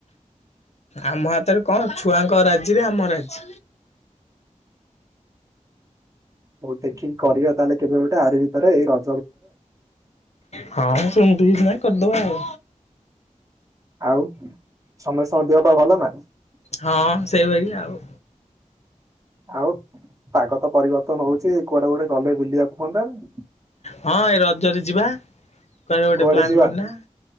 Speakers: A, on the left; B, on the right.
A: ଆମ ହାତରେ କଣ ଛୁଆଙ୍କ ରାଯି ରେ ଆମ ରାଯି।
B: ହଉ ଦେଖିକି କରିବା ତାହେଲେ କେବେ ଗୋଟେ ଆରି ଭିତରେ ଏଇ ର
A: ହଁ ମ୍ ସେମିତ୍ କିଛି ନାହିଁ କରିଦେବ ଆଉ।
B: ଆଉ ସମୟ ସମୟ ଦେହ ପା ଭଲ ନା?
A: ହଁ ସେଇଭଳି ଆଉ।
B: ଆଉ ପାଗ ତ ପରିବର୍ତ୍ତନ ହଉଛି କୁଆଡେ ଗୋଟେ ଗଲେ ବୁଲିବାକୁ ହୁଅନ୍ତା ନି।
A: ହଁ ଏ ରଜରେ ଯିବା କୁଆଡେ଼ ଗୋଟେ
B: କୁଆଡେ
A: ପ୍ଲାନ୍
B: ଯିବା
A: କରନା।